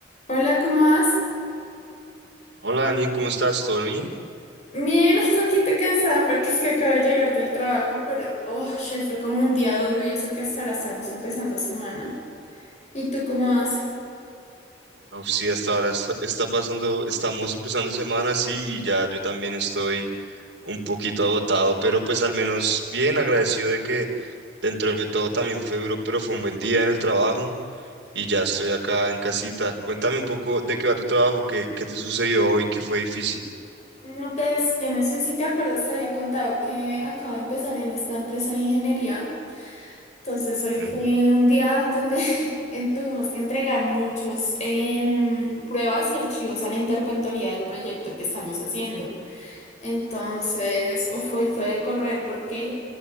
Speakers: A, on the left; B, on the right.
A: Hola, ¿cómo vas?
B: Hola Dani, ¿cómo estás? ¿Todo bien?
A: Bien, un poquito cansada porque es que acabo de llegar del trabajo, pero oh, che, fue como un día duro y eso que hasta ahora estamos empezando semana. ¿Y tú cómo vas?
B: Uf, sí, hasta ahora está, está pasando, estamos empezando semana, sí, y ya yo también estoy un poquito agotado, pero pues al menos bien agradecido de que dentro de todo también fue duro, pero fue un buen día en el trabajo y ya estoy acá en casita. Cuéntame un poco de qué va tu trabajo, qué, qué te sucedió hoy, qué fue difícil.
A: No, pues yo no sé si te acuerdas, te había contado que acabo de empezar en esta empresa de ingeniería. Entonces
B: Ujú.
A: hoy fue un día donde <laughs> en- tuvimos que entregar muchos em, pruebas y archivos a la interventoría del proyecto que estamos haciendo. Entonces, uf, hoy fue de correr porque